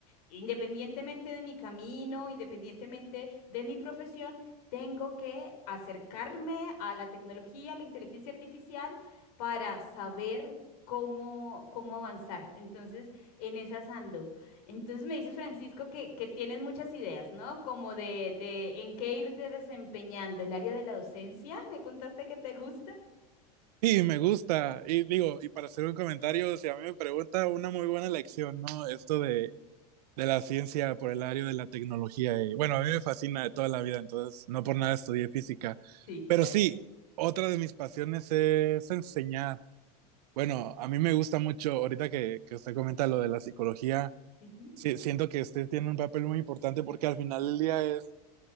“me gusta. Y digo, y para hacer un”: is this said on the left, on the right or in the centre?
Right